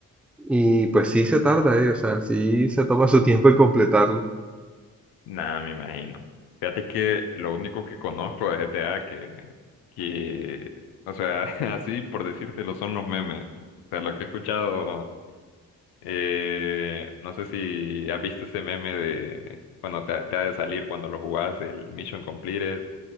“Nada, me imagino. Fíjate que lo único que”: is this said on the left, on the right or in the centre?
Left